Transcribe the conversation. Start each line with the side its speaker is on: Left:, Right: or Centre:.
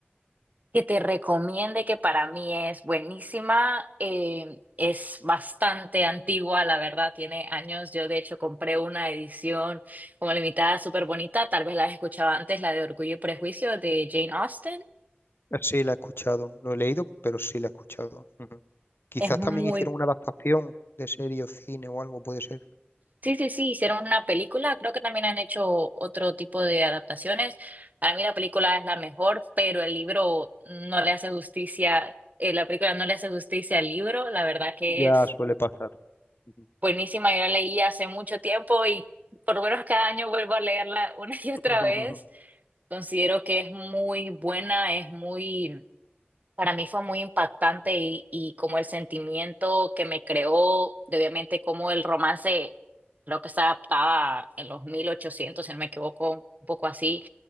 Right: que te recomiende, que para mí es buenísima, eh, es bastante antigua, la verdad, tiene años. Yo de hecho compré una edición como limitada, súper bonita, tal vez la has escuchado antes, la de Orgullo y Prejuicio de Jane Austen.
Left: Sí, la he escuchado. No he leído, pero sí la he escuchado. Ujú. Quizás
Right: Es muy...
Left: también hicieron una adaptación de serie o cine o algo, puede ser.
Right: Sí, sí, sí, hicieron una película, creo que también han hecho otro tipo de adaptaciones. Para mí la película es la mejor, pero el libro no le hace justicia, eh, la película no le hace justicia al libro, la verdad que
Left: Ya
Right: es
Left: suele pasar. Ujú.
Right: buenísima, yo la leí hace mucho tiempo y por lo menos cada año vuelvo a leerla <laughs> una y otra
Left: <laughs>
Right: vez. Considero que es muy buena, es muy, para mí fue muy impactante y, y como el sentimiento que me creó, de obviamente como el romance, creo que se adaptaba en los mil ochocientos si no me equivoco, un poco así